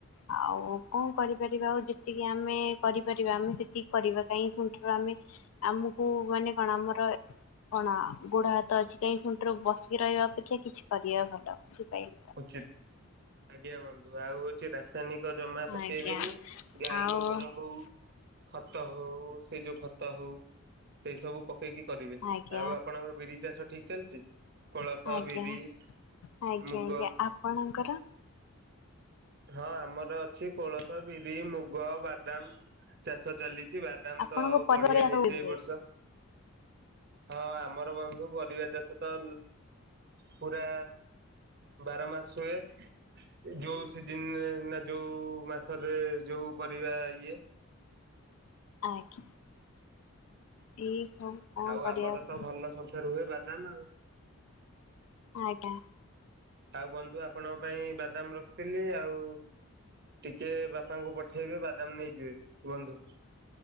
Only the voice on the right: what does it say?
ଉଚିତ ଆଜ୍ଞା ବୁନ୍ଧୁ ଆଉ ହଉଛି ରାସାୟନିକ୍। ଜମା ପକେଇବେନି
ଗାଈ
ଗୋବର ହଉ। ଖତ ହଉ ସେ ଯୋଉ ଖତ ହଉ ସେଇ ସବୁ ପକ୍ ପକେଇକି କରିବେ
ଆଉ ଆପଣଙ୍କର ବିରି ଚାଷ ଠିକ ଚାଲିଛି କୋଳଥ
ବିରି।
ମୁଗ
ହଁ ଆମର ଅଛି କୋଳଥ, ବିରି, ମୁଗ, ବାଦାମ। ଚାଷ ଚାଲିଛି ବାଦାମ
ତ
ବଢିଆ
ହେଇଛି ଏ ବର୍ଷ। ହଁ ଆମର ବନ୍ଧୁ ପରିବା ଚାଷ ତ ପୁରା ବାର ମାସ ହୁଏ ଯୋଉ। ସିଜିନ୍ ରେ ନା ଯୋଉ ମାସରେ ଯୋଉ ପରିବା ଇଏ।
ଆଉ
ଆମର
ତ ଭଲ ଶବୁ ଠାରୁ ହୁଏ ବାଦାମ ଆଉ।
ଆଉ ବନ୍ଧୁ ଆପଣଙ୍କ ପାଇଁ ବାଦାମ ରଖିଥିଲି ଆଉ। ଟିକେ ବାପାଙ୍କୁ ପଠେଇବେ ବାଦାମ ନେଇଯିବେ ବନ୍ଧୁ।